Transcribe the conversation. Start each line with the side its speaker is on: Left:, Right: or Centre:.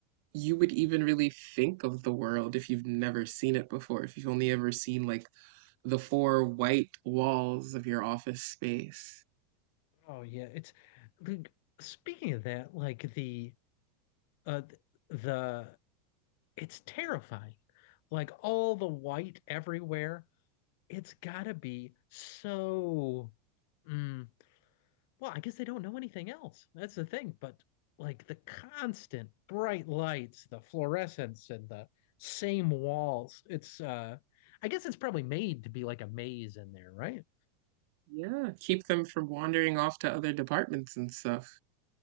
Right: you would even really think of the world if you've never seen it before, if you've only ever seen like the four white walls of your office space.
Left: Oh, yeah. It's like, speaking of that, like the, uh, the It's terrifying. Like all the white everywhere. It's gotta be so. Mm, well, I guess they don't know anything else. That's the thing. But like the constant bright lights, the fluorescence, and the same walls. It's. uh I guess it's probably made to be like a maze in there, right?
Right: Yeah, keep them from wandering off to other departments and stuff.